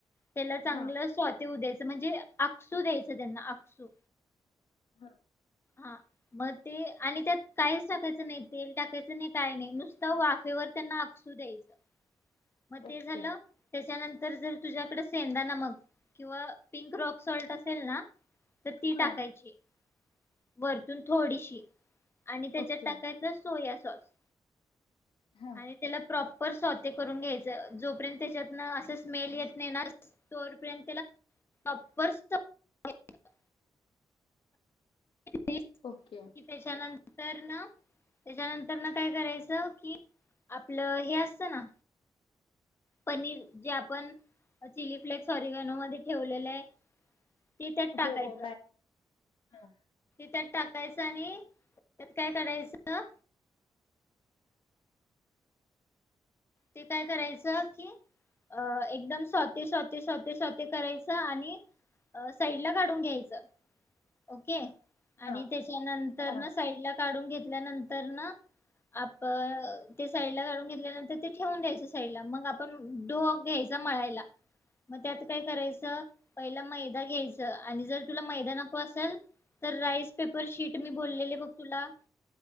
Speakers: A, on the left (about 25°); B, on the left (about 70°).
A: त्याला चांगलं
B: हा
A: स्वाती दे म्हणजे अकसू द्यायचं त्यांना अकसू
B: हा
A: हा मग ते आणि त्यात काहीच टाकायचं नाही तेल टाकायचं नाही काही नाही नुसतं वाफेवर त्यांना आसू द्यायचं मग ते
B: ओके
A: झालं त्याच्यानंतर जर तुझ्याकड सेंदा नमक किंवा पिंक रॉक सल्ट असेल ना तर ती
B: हा
A: टाकायची वरतून थोडीशी आणि त्याच्यात
B: ओके
A: टाकायच सोया सॉस सॉस
B: हा
A: आणि त्याला प्रॉप पर स्वते करून घ्यायचं जोपर्यंत त्याच्यात ना असं स्मेल येत नाही ना तोवरपर्यंतला टॉप्पर <unintelligible> कि
B: ओके
A: त्याच्यानंतर न त्याच्यानंतर ना काय करायचं कि आपलं हे असत ना पनीर जे आपण चिली फ्लेक् सॉरी वनो मध्ये ठेवलेलं आहे ते त्यात टाकायचं
B: हो हो हा
A: त्यात टाकायचं आणि त्यात काय कराायचं ते काय करायचं कि अ एकदम स्वते स्वते स्वते स्वते करायचं आणि साइड ला काढून घ्यायचं के आणि
B: हा
A: त्याच्यानंतर
B: हा
A: ना साईड ला काढून घेतल्यानंतर ना आप साईड ला काढून घेतल्यानंतर ठेवून घ्यायच साईडला मग आपण डोफ घ्यायचा मळायला मग त्यात काय करायचं पहिला मैदा घ्यायच आणि जर तुला मैदा नको असेल तर राईस पेपर शीट मी बोललेले बघ तुला